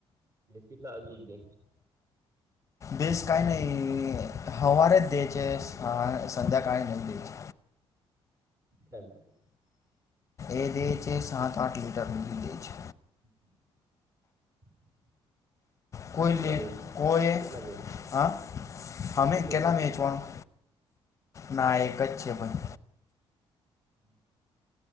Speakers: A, on the right; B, on the left.
A: દેશ કેટલા અદભુધે.
B: દેશ કઈ નહી હવારે જ દેય છે સંધ્યાકાળ નઈ દેઈ છે.
A: <unintelligible>
B: એ દે છે સાત આઠ લીટર નું દે છે.
A: <inaudible>
B: કોઈ
A: કેટલા
B: લેટ
A: ભે
B: કોઈ
A: કેટલા ભેંસ
B: હ
A: કેટલી
B: અમે
A: ભેંસ
B: કેલા
A: છે
B: વેચવાનું?
A: તમારે
B: ના એકક જ છે પણ.
A: હમ.